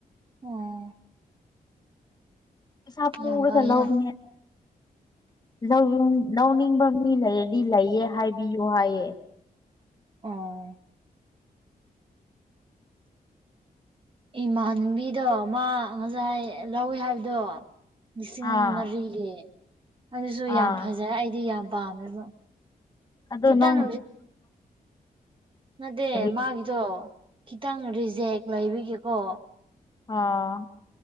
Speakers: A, on the right; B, on the left.
A: ꯑꯣ
B: ꯁꯞ ꯄꯔꯒ
A: ꯌꯥꯝ ꯐꯩꯅ
B: ꯂꯣꯅꯦ ꯂꯧ ꯂꯧꯅꯤꯡꯕ ꯃꯤ ꯂꯩꯔꯗꯤ ꯂꯩꯌꯦ ꯍꯥꯏꯕꯤꯌꯨ ꯍꯥꯏꯌꯦꯦ
A: ꯑꯣ ꯏꯃꯥꯟꯅꯕꯤꯗꯣ ꯃꯥ ꯉꯁꯥꯏ ꯂꯧꯋꯦ ꯍꯥꯏꯕꯗꯣ ꯂꯤꯁꯤꯡ
B: ꯑꯥ
A: ꯃꯔꯤꯒꯤ ꯑꯗꯨꯁꯨ ꯌꯥꯝ
B: ꯑꯥ
A: ꯐꯖꯩ ꯑꯩꯗꯤ ꯌꯥꯝ ꯄꯥꯝꯃꯦꯕ
B: ꯑꯗꯣ
A: ꯈꯤꯇꯪ
B: ꯅꯪ
A: ꯅꯠꯇꯦ
B: ꯀꯔꯤ
A: ꯃꯥꯒꯤꯗꯣ ꯈꯤꯇꯪ ꯔꯤꯖꯦꯛ ꯂꯩꯕꯤꯒꯦꯀꯣ
B: ꯑꯥ